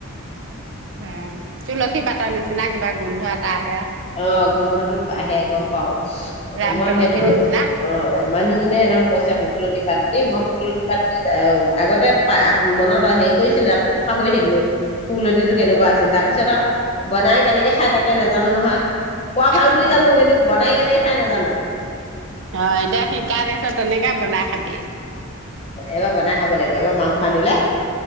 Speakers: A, on the right; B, on the left.
A: অঁ, তুলসী পাতৰ নিচিনা কিব কিবা গোন্ধ এটা আহে।
B: অ গোন্ধটো আহে গম পাও।
A: উম ৰাম
B: মই
A: তুলসী
B: সেইটো
A: নিচিনা
B: অ মানুহজনীয়ে এনেকে কৈছে শুকলতি পাত দি, মই শুকলতি পাত দি, আহ আগতে মা, মনত হেৰি কৰিছিলে তাৰ পিছত পাহৰি থাকিলো। গুকলতিটো কেনেকুৱা আছিল তাৰপিছত আও বনাই কেনেকে খাই তাকে নেজানো নহয়। খোৱা ভাল
A: উম
B: বুলি জানো কিন্তু বনাই কেনেকে খাই নেজানো।
A: অ এতিয়া শিকাই দিছো তেনেকে বনাই খাবি
B: এবাৰ বনাই খাব লাগিব, এবাৰ মাংস আনিলে।